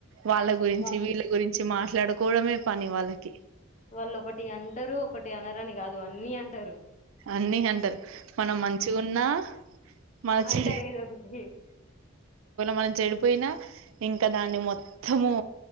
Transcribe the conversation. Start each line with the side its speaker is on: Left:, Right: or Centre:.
Right: వాళ్ళ గురించి
Left: వా
Right: వీళ్ళ గురిం చి మాట్లాడుకోవడమే పని వాళ్ళకి
Left: వాళ్ళు ఒకటి అంటరు ఒకటి అనరని కాదు అన్ని అంటారు
Right: అన్ని అంటరు మనం మంచిగున్నా మన
Left: అంటారు
Right: చెడు
Left: ఏదో ఒకటి
Right: మన చెడు వున్న పోయినా ఇంకా దాన్ని మొత్తము